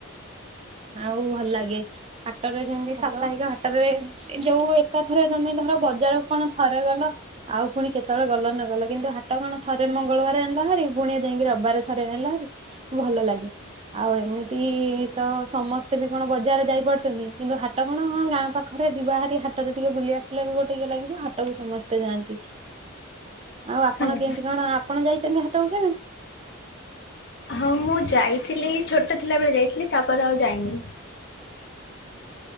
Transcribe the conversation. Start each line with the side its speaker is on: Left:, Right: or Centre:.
Right: ଆଉ ଭଲ ଲାଗେ। ହାଟରେ ଯେମିତି ସାପ୍ତାହିକ। ହାଟରେ ଯୋଉ ଏକାଥରେ ତମେ ଧର ବଜାରକୁ କଣ ଥରେ ଗଲ। ଆଉ ପୁଣି କେତେବେଳେ ଗଲ ‌ନଗଲ କି। କିନ୍ତୁ ହାଟ କଣ ଥରେ ମଙ୍ଗଳବାର ଆଣିଲହାରିି ପୁଣି ଯାଇକି ରବିବାରେ ଥରେ ଆଣିଲହାରି ଭଲ ଲାଗେ। ଆଉ ଏମିତି ତ ସମସ୍ତେ ବି କଣ ବଜାର ଯାଇପାରୁଛନ୍ତି କିନ୍ତୁ ହାଟ୍ ହାଟ କଣ ଗାଁ ପାଖରେ ଯିବାହାରି ହାଟରେ ଟିକେ ବୁଲି ଆସିଲେ ବି ଗୋଟେ ଇଏ ଲାଗିବ ହାଟକୁ ସମସ୍ତେ ଯାଆନ୍ତି। ଆଉ ଆପଣ
Left: ହଁ।
Right: କେମିତି କଣ ଆପଣ ଯାଇଛନ୍ତି ହାଟକୁ କେବେ।
Left: ହଁ ମୁଁ ଯାଇଥିଲି ଛୋଟ ଥିଲାବେଳେ ଯାଇଥିଲି ତାପରେ ଆଉ ଯାଇନି।